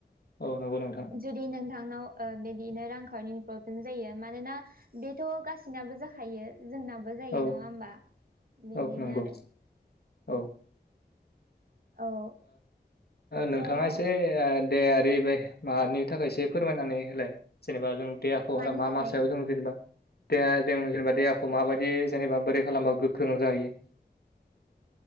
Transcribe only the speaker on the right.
जुदि नोंथांनाव बिदिनो रां खावनि प्रब्लेम जायो मानोना बेथ' गासिनाबो जाखो थायो जोंनाबो जायो
नङा होमबा बेनिनो
आरो
औ
स'
मानि
थाखाय